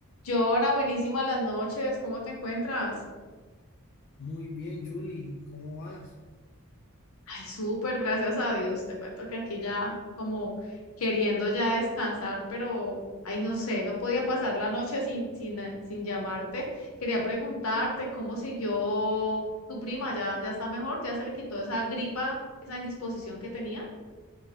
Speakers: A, on the left; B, on the left.
A: Joana, buenísimas las noches, ¿cómo te encuentras?
B: Muy bien, Julie, ¿cómo vas?
A: Ay, súper, gracias a Dios. Te cuento que aquí ya como queriendo ya descansar, pero ay, no sé, no podía pasar la noche sin, sin, eh, sin llamarte. Quería preguntarte cómo siguió tu prima, ya, ya está mejor, ya se le quitó esa gripa, esa indisposición que tenía.